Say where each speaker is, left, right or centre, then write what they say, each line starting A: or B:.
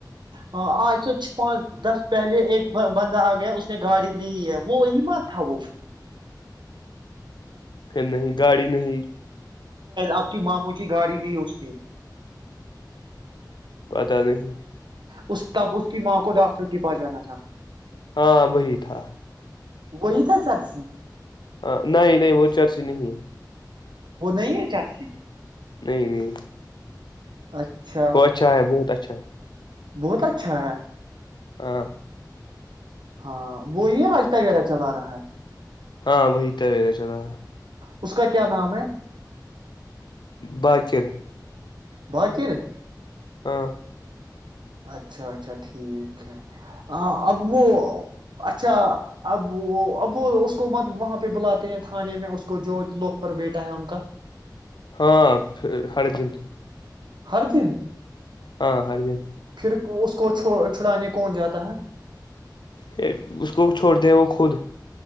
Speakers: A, on the right; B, on the left.
A: ہاں آج سےوھ پانچ دس پہلے ایک بندہ آ گیا اس نے گاڑی لی ہے وہ امت تھا وہ
B: پھر نہیں گاڑی نہیں
A: آپ کی ماموں کی گاڑی لی اس نے
B: پتا نہیں
A: اس تب اس کی ماں کو ڈاکٹر کے پاس جانا تھا
B: ہاں وہی تھا
A: گئی ت چاچ
B: ہ نہیں نہیں وہ چارسی نہیں
A: وہ نہیں ہے چاچسی
B: نہیں نہیں
A: اچھا
B: وہ اچھا ہے بہت اچھا
A: بہت اچھا ہے
B: آ
A: ہاں وہی ہے آج کا گیرہ چلا رہا ہے
B: ہاں وہی ت ویرا چلا رہ
A: اس کا کیا نام ہے
B: باکر
A: باقر
B: باں
A: اچھا اچھا ٹھیک ہے ہ اب وہ اچھا اب وہ اب وہ اس کو مطلب وہاں پہ بلاتے ہیں تھانے میں اس کو جو لوک پر بیٹا ہے ان کا
B: ہاں ہڑے دن
A: ہر دن
B: ہاں ہر جیپ
A: پھر اس کو چھ چھڑانے کون جاتا ہے
B: پھر اس کو چھوڑ دے وہ خود